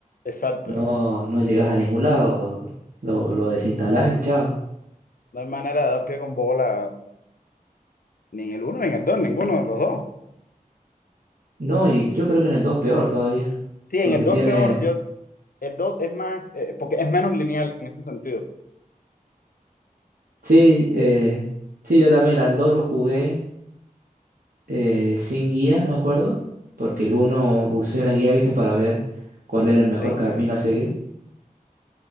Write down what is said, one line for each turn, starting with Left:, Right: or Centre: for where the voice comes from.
Left: Exacto.
Right: no, no llegas a ningún lado. o- Lo, lo desinstalás y chao.
Left: No hay manera de dar pie con bola ni en el uno ni en el dos, ninguno de los dos.
Right: No, y yo creo que en el 2 peor todavía,
Left: Sí, en
Right: porque
Left: el 2
Right: tiene...
Left: peor, yo, el 2 es más, eh, porque es menos lineal en ese sentido.
Right: Sí, eh, sí, yo también al 2 lo jugué eh, sin guía, me acuerdo, porque el uno usé una guía, viste, para ver cuál era el mejor
Left: Sí.
Right: camino a seguir.